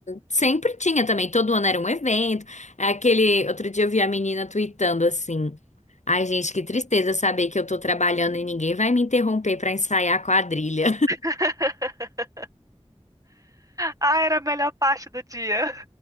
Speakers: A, on the left; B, on the right.
A: sempre tinha também, todo ano era um evento. é Aquele outro dia eu vi a menina tweetando assim: "Ai, gente, que tristeza saber que eu tô trabalhando e ninguém vai me interromper pra ensaiar a quadrilha".
B: <laughs> Ah, era a melhor parte do dia.